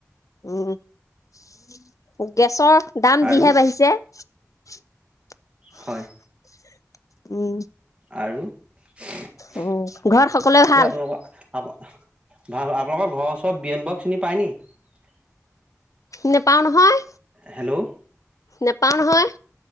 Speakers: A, on the left; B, on the right.
A: উম গেছৰ দাম
B: আৰু
A: যিহে বাঢ়িছে উম
B: হয় আৰু এই
A: অ ঘৰত সকলোৱে ভাল
B: আপোনালোকৰ আ ভাল আপোনালোকৰ ঘৰৰ ওচৰত বিয়েন বৰুৱাক চিনি পায় নেকি
A: নেপাওঁ নহয়
B: হেল্ল'
A: নেপাওঁ নহয়